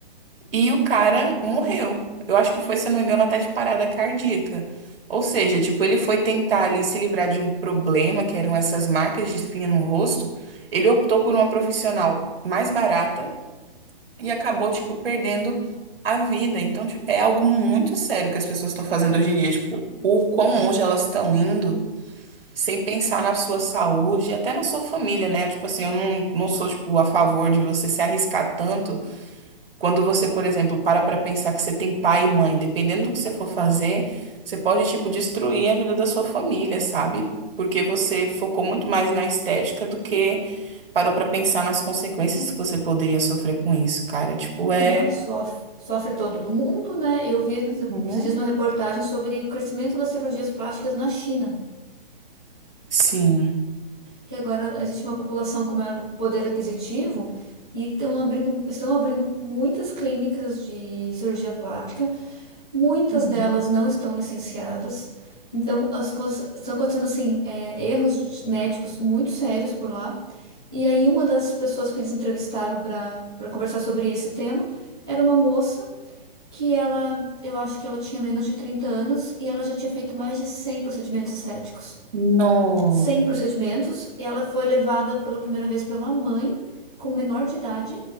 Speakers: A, on the right; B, in the centre.
A: e o cara morreu. Eu acho que foi, se eu não me engano, até de parada cardíaca. Ou seja, tipo, ele foi tentar ali se livrar de um problema, que eram essas marcas de espinha no rosto. Ele optou por uma profissional mais barata e acabou, tipo, perdendo a vida. Então, tipo, é algo muito sério que as pessoas estão fazendo hoje em dia, tipo, o quão longe elas estão indo sem pensar na sua saúde e até na sua família, né? Tipo assim, eu não, não sou, tipo, a favor de você se arriscar tanto quando você, por exemplo, para pra pensar que você tem pai e mãe. Dependendo do que você for fazer, você pode, tipo, destruir a vida da sua família, sabe? Porque você focou muito mais na estética do que parou pra pensar nas consequências que você poderia sofrer com isso, cara. Tipo, é.
B: Não, sofre. Sofre todo mundo, né? Eu vi esses
A: Uhum.
B: dias uma reportagem sobre o crescimento das cirurgias plásticas na China.
A: Sim.
B: que agora existe uma população com maior poder aquisitivo e estão abrindo, estão abrindo muitas clínicas de cirurgia plástica, muitas
A: Uhum.
B: delas não estão licenciadas. Então, as coisas estão acontecendo assim, é, erros médicos muito sérios por lá. E aí, uma das pessoas que eles entrevistaram para para conversar sobre esse tema era uma moça que ela, eu acho que ela tinha menos de 30 anos e ela já tinha feito mais de 100 procedimentos estéticos
A: No.
B: sem procedimentos, e ela foi levada pela primeira vez pela mãe, como menor de idade.